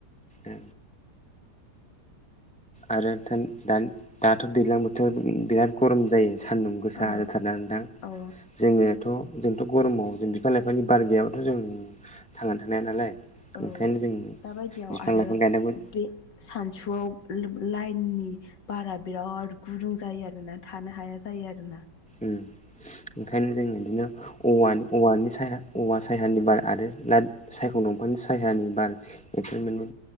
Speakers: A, in the centre; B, on the left.
A: ओ आरो दाथ' दैज्लां बोथोराव बिराद गरम जायो सान्दुं गोसा
B: औ
A: जाथारदोंना ना नोंथां?
B: औ
A: जोङोथ' जोंथ' गरमाव जों बिफां लाइफांनि बार गैयाबाथ' जों थांनानै थानो हाया नालाय
B: औ
A: ओंखायनो जों
B: दाबायदियाव
A: बिफां
B: आरो
A: लाइफां गायनांगौ।
B: बे सानसुआव लोब लाइननि बारा बिराद गुदुं जायो आरोना थानो हाया जायो आरोना।
A: उम ओंखायनो जों इदिनो औवानि औवानि सायहा औवा सायानि बार आरो लाद सायख' दंफानि सायहानि बार इफोर माने